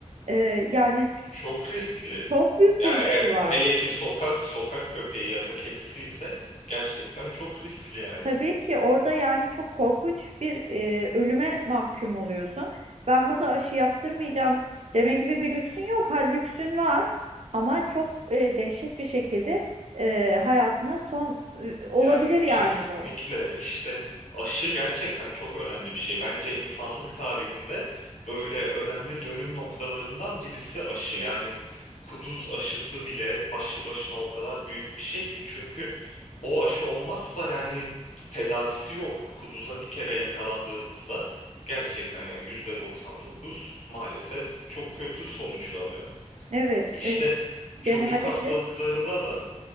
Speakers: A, on the right; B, on the left.
A: e, yani
B: çok riskli.
A: çok büyük
B: Ya
A: bir riski
B: eğer
A: var.
B: hele ki sokak sokak köpeği ya da kedisi ise gerçekten çok riskli yani.
A: Tabii ki orada yani çok korkunç bir e, ölüme mahkum oluyorsun. Ben burada aşı yaptırmayacağım deme gibi bir lüksün yok. Ha lüksün var ama çok e, dehşet bir şekilde e, hayatına son e, olabilir
B: Yani
A: yani
B: kesinlikle
A: bu.
B: işte aşı gerçekten çok önemli bir şey. Bence insanlık tarihinde böyle önemli dönüm noktalarından birisi aşı. Yani kuduz aşısı bile başlı başına o kadar büyük bir şey ki çünkü o aşı olmazsa yani tedavisi yok. Kuduza bir kere yakalandığınızda gerçekten yani %99 maalesef çok kötü sonuçlanıyor.
A: Evet,
B: İşte
A: e,
B: çocuk
A: genellikle.
B: hastalıklarında da